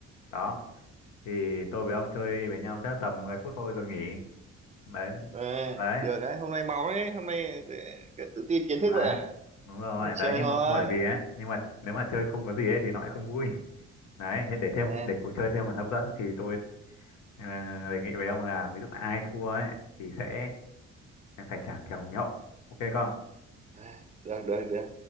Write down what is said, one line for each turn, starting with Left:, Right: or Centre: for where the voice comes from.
Left: Đó. Thì tôi với ông chơi với nhau chắc tầm 10 phút thôi rồi nghỉ. Đấy.
Right: ờ,
Left: Đấy.
Right: được đấy hôm nay máu đấy hôm nay ờ, tự tin kiến
Left: Đấy.
Right: thức vậy à
Left: Đúng rồi.
Right: Thế thì
Left: Đấy
Right: chơi
Left: nhưng
Right: thôi
Left: mà bởi vì ấy, nhưng mà nếu mà chơi không có gì ấy thì nó lại không vui. <laughs> Đấy, thế để
Right: Ờ,
Left: thêm để cuộc chơi thêm phần hấp dẫn thì tôi ờ, đề nghị với ông là ví dụ ai thua ấy thì sẽ Mày phải trả kèo nhậu. Ok không?
Right: ờ, được được được